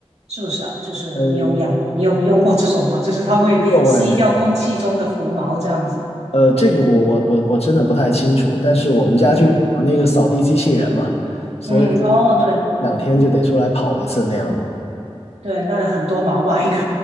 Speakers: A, on the right (about 80°); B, on the left (about 70°).
A: 是不是啊？就是你有养，
B: 呃，
A: 你有用过这种吗？<laughs> 就是它会吸掉空气中的浮毛这样子。
B: 没有哎，呃，这个我我我我真的不太清楚，但是我们家就有那个扫地机器人嘛，
A: 嗯
B: 所以可能
A: 嗯，哦，对，
B: 一两天就得出来跑一次那样。
A: 嗯对，那很多毛吧应该，